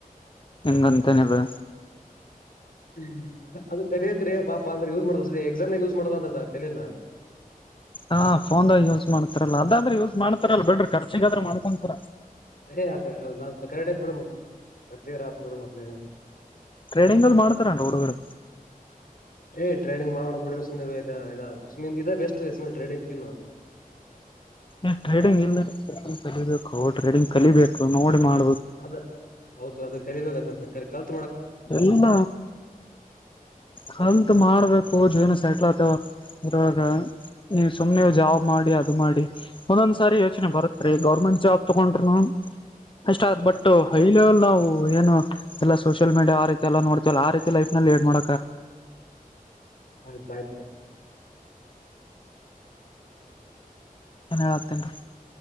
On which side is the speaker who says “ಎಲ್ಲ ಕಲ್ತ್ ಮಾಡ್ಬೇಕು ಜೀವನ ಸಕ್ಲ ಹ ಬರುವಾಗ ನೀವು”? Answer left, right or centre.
Left